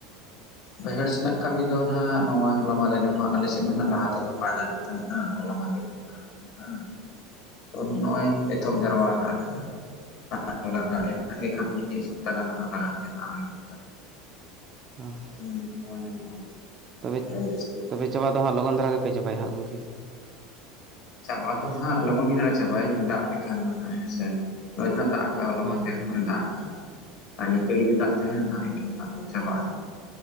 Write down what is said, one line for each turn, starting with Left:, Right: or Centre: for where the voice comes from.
Left: ᱵᱟᱹᱭᱦᱟᱹᱲ ᱥᱮᱱᱟᱜ ᱠᱟᱹᱢᱤ ᱫᱚ ᱱᱟᱦᱟᱜ ᱱᱚᱜᱼᱚᱭ ᱦᱚᱞᱟᱢᱟ ᱨᱟᱞᱮ ᱢᱟ ᱟᱞᱮᱥᱮᱫ ᱢᱟᱱᱟᱜ ᱫᱟ ᱛᱮᱫ ᱫᱚ ᱵᱟᱭ ᱫᱟᱜ ᱜᱮᱜᱼᱟ᱾ ᱛᱟᱦᱮᱸᱱᱟ ᱦᱚᱞᱟ ᱢᱟᱦᱫᱮᱨ <inaudible> ᱛᱚ ᱱᱚᱜᱼᱚᱭ ᱮᱛᱚᱦᱚᱵ
Right: ᱦᱳᱭ
Left: ᱡᱟᱨᱟᱣᱟ ᱠᱟᱜ ᱞᱮ ᱦᱟᱸᱜ᱾ ᱞᱟᱜᱟᱜ ᱜᱮᱭᱟ ᱢᱤᱫ ᱥᱚᱯᱛᱟᱦ ᱜᱟᱱ ᱫᱚ ᱞᱟᱜᱟᱜ ᱜᱮᱭᱟ ᱟᱨ <inaudible>
Right: ᱚ <inaudible>
Left: ᱢᱟᱱᱮ ᱥᱚᱢᱚᱭ ᱢᱮᱱᱟᱜᱼᱟ᱾
Right: ᱛᱚᱵᱮ
Left: ᱟᱨᱚ ᱡᱟᱹᱥᱛᱤ ᱫᱚ᱾
Right: ᱛᱚᱵᱮ ᱪᱟᱵᱟ ᱫᱚ ᱦᱟᱸᱜ ᱞᱚᱜᱚᱱ ᱫᱷᱟᱨᱟ ᱜᱮᱯᱮ ᱪᱟᱵᱟᱭᱟ ᱦᱟᱸᱜ ᱜᱚᱢᱠᱮ?
Left: ᱪᱟᱵᱟ ᱫᱚ ᱱᱟᱦᱟᱜ ᱞᱚᱜᱚᱱ ᱜᱮ ᱱᱟᱦᱟᱜ ᱞᱮ ᱪᱟᱵᱟᱭᱟ ᱡᱩᱫᱤ ᱫᱟᱜ ᱞᱮᱠᱷᱟᱱ ᱫᱚᱱᱟᱦᱟᱜ ᱦᱮᱸᱥᱮ᱾ ᱫᱟᱜ ᱠᱟᱜ-ᱟ ᱦᱚᱞᱟ
Right: ᱦᱳᱭ
Left: ᱢᱟᱦᱮᱫᱮᱨ
Right: ᱦᱳᱭ
Left: ᱠᱷᱚᱱ ᱫᱟᱜ ᱠᱟᱜ-ᱟ᱾ ᱟᱨ ᱱᱤᱝᱠᱟᱹ ᱡᱩᱫᱤ ᱫᱟᱜ ᱛᱟᱦᱮᱱᱟ ᱦᱟᱸᱜᱠᱷᱟᱡ ᱮᱱᱠᱷᱟᱱ ᱫᱚ ᱱᱟᱦᱟᱜ ᱪᱟᱵᱟᱜᱼᱟ ᱱᱟᱜ